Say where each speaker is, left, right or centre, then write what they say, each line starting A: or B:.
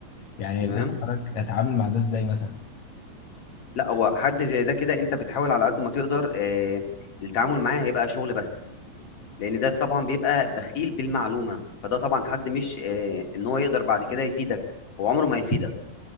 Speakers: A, on the left (about 65°); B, on the left (about 45°).
A: يعني
B: تمام،
A: بس حضرتك اتعامل مع ده ازاي مثلا
B: لأ هو حد زي ده كده أنت بتحاول على قد ما تقدر آآ، التعامل معاه هيبقى شغل بس، لأن ده طبعًا بيبقى بخيل بالمعلومة، فده طبعًا حد مش آآ، إن هو يقدر بعد كده يفيدك، هو عمره ما هيفيدك،